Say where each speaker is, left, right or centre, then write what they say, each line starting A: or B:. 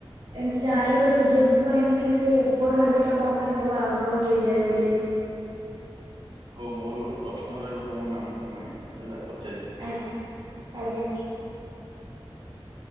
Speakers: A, on the right; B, on the right.
A: ଏମତି ଜାଣିବାର ସୁଯୋଗ ବି ପାଇନି କି। କି ସେଇ ଉପର ହାଣ୍ଡି ଟା କଣ ପାଇଁ ସବୁ ଆଗ ହେଇଯାଏ ବୋଲି।
B: <unintelligible> ହଉ ମୋର ଗୋଟେ ପ୍ରଶ୍ନ ରହିବ ତମ ମାମୁଙ୍କ ପାଇଁ ହେଲା ପ
A: ଆଜ୍ଞା ଆଜ୍ଞା।